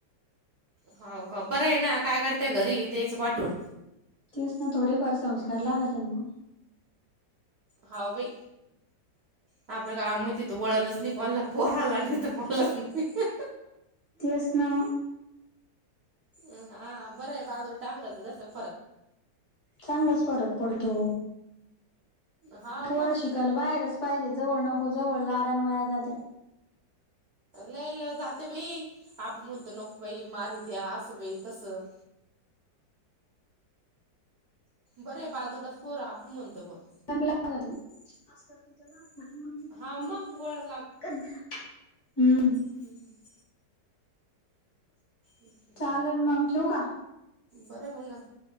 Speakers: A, on the right; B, on the left.
A: हाव का, बरय ना, काय करते घरी द्यायचं पाठवून
B: तेच ना, थोडेफार संस्कार लागातेन म
A: हाव बाई, आपल्या गावामध्ये त, वळणच नाही कोणाला पोराला आणि तर कोणालाच नाही.
B: तेच ना म
A: ह हां बरंय बाजूला टाकलं तर जसं
B: चांगलाच फरक पडतो.
A: हा मग
B: पोरं शिकायला बाहेरच पाहिजे, जवळ नको, जवळ लाड्यान वाया जाते.
A: ल ल जाते बाई, आप म्हणतो नको बाई मारीत असं बाई तसं- बरंय बाजूलाच पोर आपण म्हणतो पण
B: आमब लागत <unintelligible>
A: हा मग वळण
B: <unintelligible> हम्म
A: हम् ह
B: चालन मग, ठेवू का?
A: बरंय मंग,